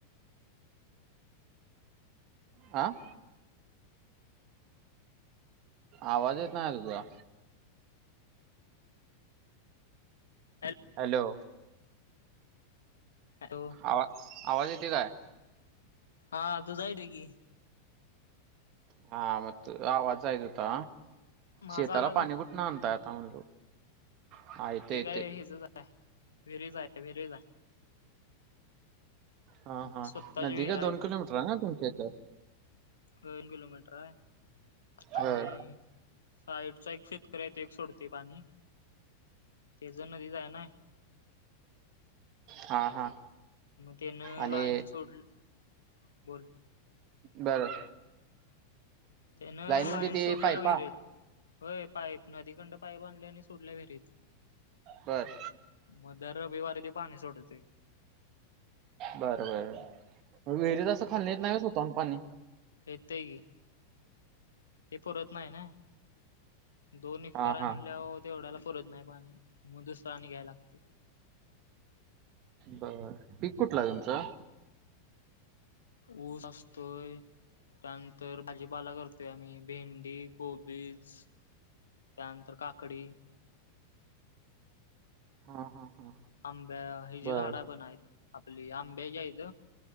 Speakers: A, on the right (about 40°); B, on the left (about 70°).
A: आ. आवाज येत नाही अजून तुझा.
B: हॅल
A: हॅलो.
B: हॅलो.
A: आवा, आवाज येतोय काय?
B: हा तूजा येतोय की.
A: हा म आवाज जाईत होता,
B: माझा
A: शेताला
B: आला का
A: पाणी कुठण आणताय आता म्हणलो. हा येते
B: ते
A: येते
B: काय हेजच हाय, विहिरीच हाय ते विहिरीच हाय.
A: हा हा,
B: स्वतःची
A: नदी
B: विहीर
A: काय
B: आहे
A: दोन किलोमीटर आहे ना तुमच्या इथं.
B: दोन किलोमीटर हाय, आणि
A: बर
B: साईडचा एक शेतकरी आहे तो एक सोडते पाणी, तेज नदीच हाय नई.
A: हा हा.
B: तेन
A: आणि
B: लाईन सोड, बोल.
A: बरं.
B: त्यानं
A: म्हणजे
B: लाईन
A: ते
B: सोडल्या
A: पायपा
B: विहिरीत, होय पाईप नदीकडून पाईप आणल्या आणि सोडल्या विहिरीत.
A: बर.
B: म दर रविवारी ते पाणी सोडतय.
A: बर बर, विहिरीत अस खाल्ण्यात येत नाही स्वतःहून पाणी.
B: येत की. ते पुरत नाही नाय, दोन एककर
A: हा हा
B: म्हणल्यावर तेवढ्याला पुरत नाही पाणी, म दुसर आणि घ्याया लागतय.
A: बर पीक कुठलं हाय तुमचं?
B: ऊस असतोय. त्यानंतर भाजीपाला करतोय आम्ही भेंडी, कोबीज. त्यानंतर काकडी.
A: हा हा. हा
B: आंब्या हिजी
A: बर.
B: झाडं पण आहेत, आपली आंब्याची हाईत.